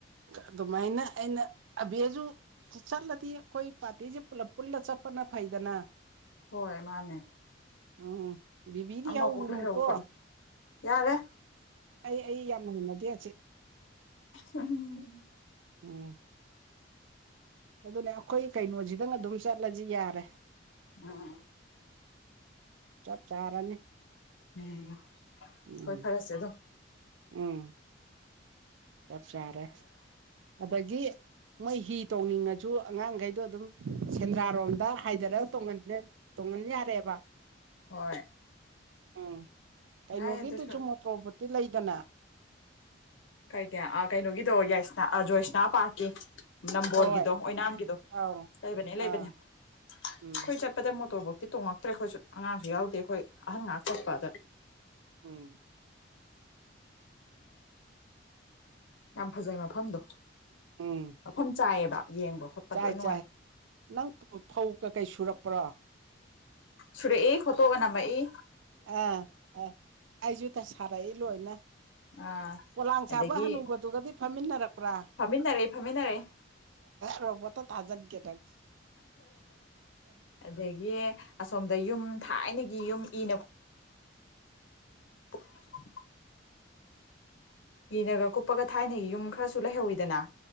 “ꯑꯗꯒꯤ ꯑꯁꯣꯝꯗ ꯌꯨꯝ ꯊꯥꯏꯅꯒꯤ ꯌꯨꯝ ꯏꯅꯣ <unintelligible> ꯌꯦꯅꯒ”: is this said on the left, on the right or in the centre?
Left